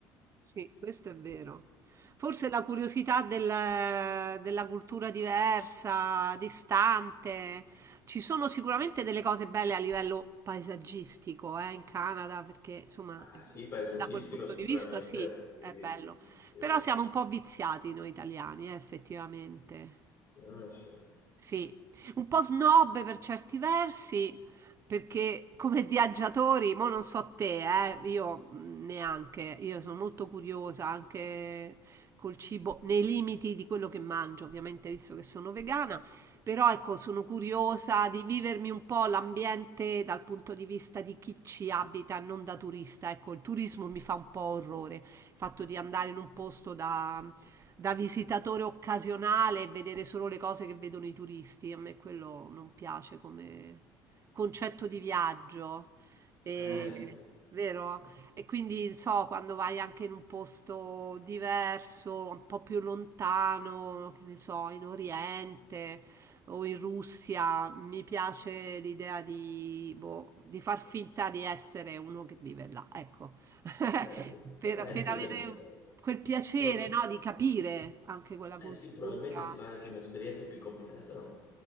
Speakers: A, on the right; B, on the left.
A: Sì, questo è vero. Forse la curiosità del- della cultura diversa, distante. Ci sono sicuramente delle cose belle a livello paesaggistico, eh, in Canada, perché insomma,
B: Ah, sì, paesaggistico
A: da quel punto
B: sicuramente,
A: di vista sì,
B: sì,
A: è bello.
B: sì.
A: Però siamo un po' viziati noi italiani, eh, effettivamente.
B: Ah, sì.
A: Sì, un po' snob per certi versi, perché come viaggiatori, mo non so te, eh, io mh, neanche, io sono molto curiosa anche col cibo, nei limiti di quello che mangio, ovviamente, visto che sono vegana però ecco, sono curiosa di vivermi un po' l'ambiente dal punto di vista di chi ci abita, non da turista. Ecco, il turismo mi fa un po' orrore, il fatto di andare in un posto da, da visitatore occasionale e vedere solo le cose che vedono i turisti. A me quello non piace come concetto di viaggio. Mm. E,
B: Eh sì.
A: vero? E quindi so, quando vai anche in un posto diverso, un po' più lontano, che ne so, in Oriente o in Russia, mi piace l'idea di, boh, di far finta di essere uno che vive là, ecco, <laughs>
B: Eh,
A: per, per
B: eh, sì,
A: avere
B: perché
A: quel piacere,
B: tro-
A: no, di capire anche quella
B: Eh
A: cultura.
B: sì, probabilmente ti fai anche un'esperienza più completa, no?